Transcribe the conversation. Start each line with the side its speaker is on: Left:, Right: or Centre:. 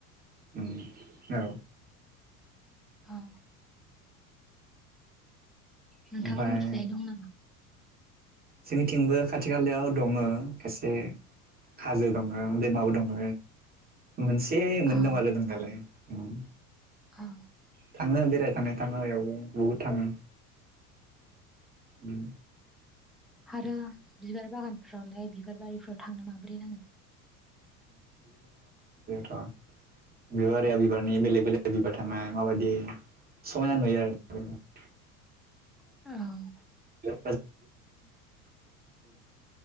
Right: उम औ
Centre: औ। नोंथाङा
Right: ओमफ्राय
Centre: मिथिजायै दं नामा
Right: जोंनिथिंबो। खाथि खालायाव दङ खायसे। हाजो दङ दैमाबो दङ। मोनसे मोननै
Centre: औ
Right: दं आरो औदिनखालि उम
Centre: औ
Right: थाङो बेराय थांनाय थाङो बेयावबो बहुद थाङो उम
Centre: आरो बिबार बागानफ्रावलाय बिबार बारिफ्राव थांनो माबोरै नाङो
Right: द <unintelligible> बेबारिया बिबारनि बेलेग बेलेग बिबार थानाया माबायदि समायना नुयो आरो ना
Centre: औ
Right: <unintelligible>